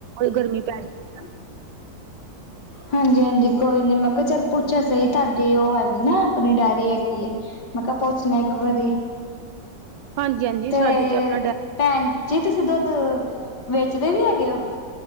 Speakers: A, on the right; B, on the left.
A: ਗਰਮੀ ਪੈ ਜਾਂਦ
B: <inaudible> <unintelligible> ਹਾਂਜੀ- ਹਾਂਜੀ ਕੋਈ ਨੀ, ਮੈ ਕਿਹਾ ਚਲ‌ ਪੁੱਛਿਆ ਸਹੀ ਤੁਹਾਡੀ ਉਹ ਹੈਗੀ ਨਾ ਆਪਣੀ ਡੈਰੀ ਹੈਗੀ ਹੈ ਮੈ ਕਿਹਾ ਪੁੱਛ ਲਵਾ ਇੱਕ ਵਾਰੀ।
A: ਹਾਂਜੀ ਹਾਂਜੀ
B: ਤੇ
A: ਸਾਡੇ ਆਪਣਾ ਡਾਇਰੀ
B: ਭੈਣ ਜੀ ਤੁਸੀਂ ਦੁੱਧ ਵੇਚਦੇ ਵੀ ਹੈਗੇ ਹੋ।